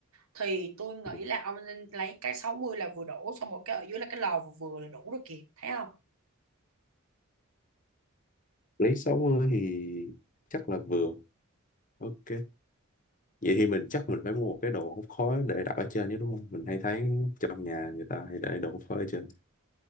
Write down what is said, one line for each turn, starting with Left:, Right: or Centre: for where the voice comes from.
Right: thì tôi nghĩ
Left: ừ.
Right: là ông nên lấy cái 60 là vừa đủ xong một cái ở dưới là cái lò vừa vừa là đủ rồi kìa thấy không
Left: lấy 60 thì chắc là vừa Ok. Vậy thì mình chắc mình phải mua một cái đồ hút khói để đặt ở trên chứ đúng không? Mình hay thấy trong nhà người ta hay để đồ hút khói ở trên.